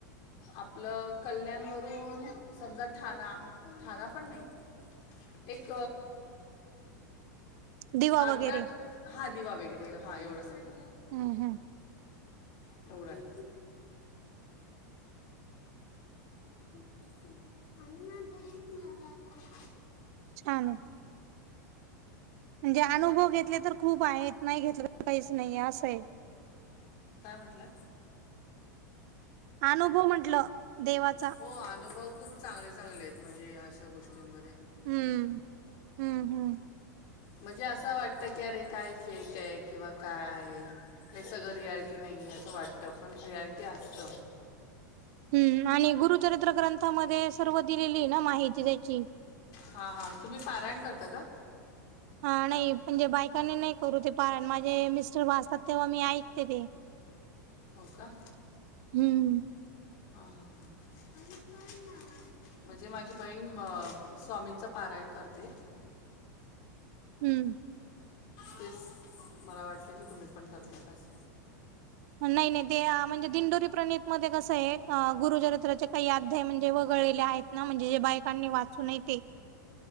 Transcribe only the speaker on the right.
दिवा
वगैरे
हम्म हम्म
छान म्हणजे अनुभव घेतले तर खूप आहेत नाही घेतलं तर काहीच नाही असं आहे.
अनुभव म्हंटल देवाचा
हम्म. हम्म हम्म.
हम्म आणि गुरुचरित्र ग्रंथामध्ये सर्व दिलेली ना माहिती त्याची
हा नाही पणजे बायकांनी नाही करू ते पारण माझे मिस्टर वाचतात तेव्हा मी ऐकते ते
हम्म.
हम्म.
नाही नाही ते म्हणजे दिंडोरी प्रणित मध्ये कसं आहे गुरुचरित्राचे काही अध्याय म्हणजे वगळलेले आहेत. ना म्हणजे जे बायकांनी वाचून नही ते.